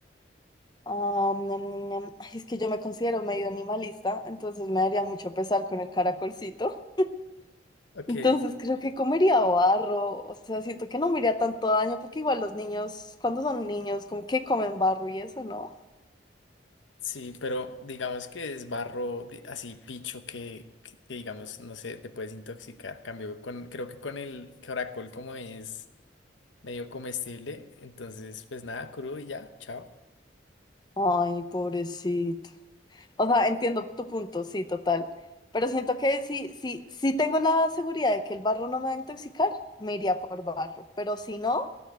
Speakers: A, on the left; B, on the left.
A: Am, ñam, ñam, ñam. Ay, es que yo me considero medio animalista, entonces me daría mucho pesar con el caracolcito.
B: Ok,
A: Entonces creo que comería barro, o sea, siento que no me haría tanto daño porque igual los niños, cuando son niños, como que comen barro y eso, ¿no?
B: sí, pero digamos que es barro di- así picho que, que, que digamos, no sé, te puedes intoxicar. Cambio con, creo que con el caracol como es medio comestible, entonces pues nada, crudo y ya, chao.
A: Ay, pobrecito. O sea, entiendo tu punto, sí, total. Pero siento que si, si, si tengo la seguridad de que el barro no me va a intoxicar, me iría por barro. Pero si no,